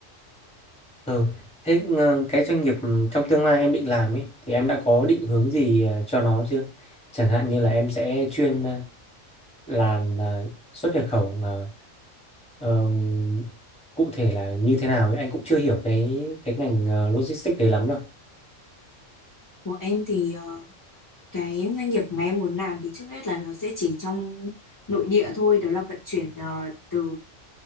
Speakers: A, in the centre; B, on the left.
A: Ừ. Thế ờ, cái doanh nghiệp trong tương lai em định làm ấy thì em đã có định hướng gì ờ, cho nó chưa? Chẳng hạn như là em sẽ chuyên làm ờ, xuất nhập khẩu ờ, ờ, cụ thể là như thế nào ấy anh cũng chưa hiểu cái cái ngành ờ, logistics đấy lắm đâu.
B: Của em thì ờ, cái doanh nghiệp mà em muốn làm thì trước hết là nó sẽ chỉ trong nội địa thôi đó là vận chuyển ờ, từ